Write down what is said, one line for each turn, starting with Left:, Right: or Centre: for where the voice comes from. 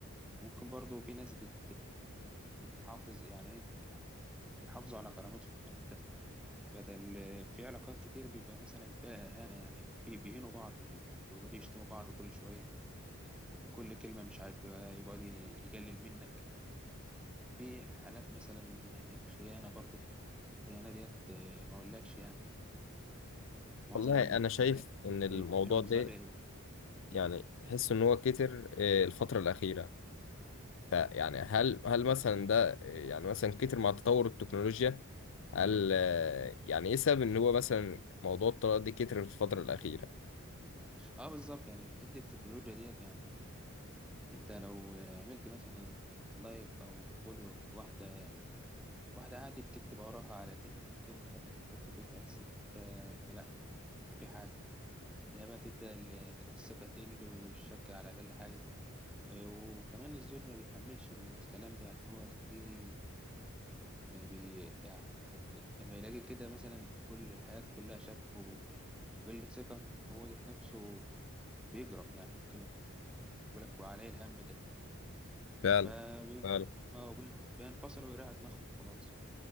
Centre: ممكن برضه في ناس بت بتحافظ يعني ايه بيحافظوا على كرامتهم يعني انت بدل في علاقات كتير بيبقى مثلا فيها إهانة يعني بي- بيهينوا بعض ويقعدوا يشتموا بعض كل شوية كل كلمة مش عاجبها يقعد يجلل منك في حالات مثلا خيانة برضو الخيانة ديت ما أقولكش يعني معظم
Left: والله
Centre: الرجالة
Left: انا شايف ان الموضوع
Centre: عينهم
Left: ده
Centre: زاغية مم.
Left: يعني تحس ان هو كتر آه، الفترة الأخيرة فيعني هل هل مثلا ده آه، يعني مثلا كتر مع تطور التكنولوجيا هل آه، يعني ايه سبب ان هو مثلا موضوع الطلاق ده كتر في الفترة الأخيرة
Centre: اه بالظبط يعني حتة التكنولوجيا ديت يعني انت لو عملت مثلا لايك او فولو لواحدة واحدة عادي بتكتب وراها على النت ممكن مراتك تفك فيك تحس ان انت انت لا انت في حاجة هنا بقى تبدأ ال- الثقة تقل والشك على أقل حاجة آه، وكمان الزول ما بيتحملش الكلام ده يعني هو تلاقيه ما بي يعني لما يلاقي كده مثلا كل الحياة كلها شك و- وقلة ثقة هو ذات نفسه بيجرف يعني ممكن يقول لك وعليه الهم ده
Left: فعلا
Centre: فبينفصل
Left: فعلا
Centre: ويريح دماغهم وخلاص